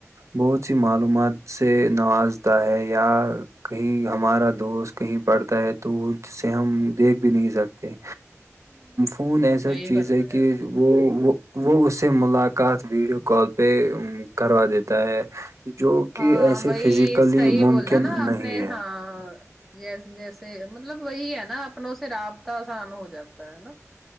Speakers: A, on the right; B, in the centre.
A: بہت سی معلومات سے نوازتا ہے یا کہیں ہمارا دوست کہیں پڑتا ہے تو جسے ہم دیکھ بھی نہیں سکتے خون ایسا
B: صحیح
A: چیز
B: فرمایا
A: ہے کہ
B: آپ نے
A: وہ وہ وہ اس سے ملاقات ویڈیو کال پہ کروا دیتا ہے جو کہ
B: ہاں
A: ایسے
B: وہی
A: فزیکلی
B: صحیح
A: ممکن
B: بولا نا آپ
A: نہیں
B: نے
A: ہے
B: ہاں جیس جیسے مطلب وہی ہے نا اپنوں سے رابطہ آسان ہو جاتا ہے نا